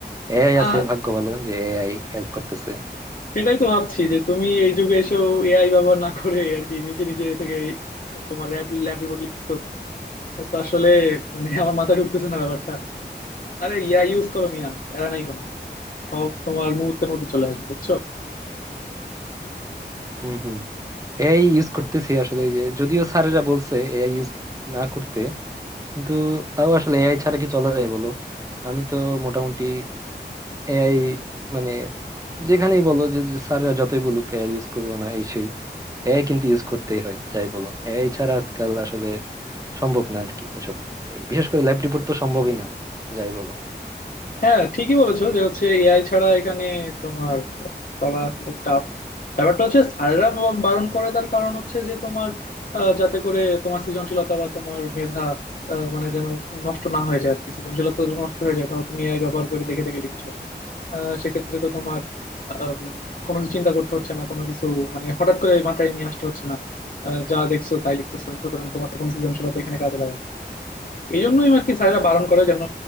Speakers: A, on the right; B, on the left.
A: এআই
B: আর
A: আছে ভাগ্য ভালো যে এআই হেল্প করতেছে
B: সেটাই তো ভাবছি যে তুমি এই যুগে এসেও এআই ব্যবহার না করে আর কি নিজে নিজে থেকে তোমার ল্যাব ল্যাব রিপোর্ট লিখতেছো এটা তো আসলে মানে আমার মাথায় ঢুকতেছে না ব্যাপারটা আরে ইয়া ইউজ করো মিয়া প্যারা নাই কোনো সব তোমার মুহূর্তের মধ্যে চলে আসবে বুঝছো
A: হুম হুম এআই ইউজ করতেছি আসলে এই যে যদিও স্যারেরা বলছে এআই ইউজ না করতে কিন্তু তাও আসলে এআই ছাড়া কি চলা যায় বলো আমি তো মোটামুটি এআই মানে যেখানেই বলো যে যে স্যাররা যতই বলুক এআই ইউজ করবো না এই সেই এআই কিন্তু ইউজ করতেই হয় যাই বলো এআই ছাড়া আজকাল আসলে সম্ভব না আর কি এসব এ, বিশেষ করে ল্যাব রিপোর্ট তো সম্ভবই না যাই বলো
B: হ্যাঁ ঠিকই বলেছো যে হচ্ছে এআই ছাড়া এখানে তোমার আহ, চলা আসলে টাফ ব্যাপারটা হচ্ছে স্যাররা ব- বারণ করে তার কারণ হচ্ছে যে তোমার আহ, যাতে করে তোমার সৃজনশীলতা বা তোমার মেধা আহ, মানে যেন নষ্ট না হয়ে যায় আর কি সৃজনশীলতা যেন নষ্ট হয়ে যায় ধরো তুমি এআই ব্যবহার করে দেখে দেখে লিখছো আহ, সেক্ষেত্রে তো তোমার আহ, কোনো কিছু চিন্তা করতে হচ্ছে না কোনো কিছু মানে হঠাৎ করে মাথায় নিয়ে আসতে হচ্ছে না আহ, যা দেখছো তাই লিখতেছো সুতরাং তোমার তো কোনো সৃজনশীলতা এখানে কাজে লাগাবে না। এই জন্যই আর কি স্যারেরা বারণ করে যেন